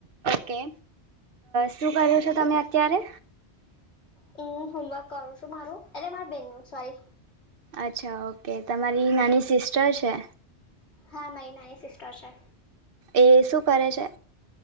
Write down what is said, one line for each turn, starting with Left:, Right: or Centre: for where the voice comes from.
Right: ઓકે શું કરો છો તમે અત્યારે.
Left: હમ હોમવર્ક કરું છું મારું એટલે માર બેનનું સોરી.
Right: અચ્છા ઓકે તમારી નાની સિસ્ટર છે.
Left: હા મહિના એ સિસ્ટર છે.
Right: એ શું કરે છે.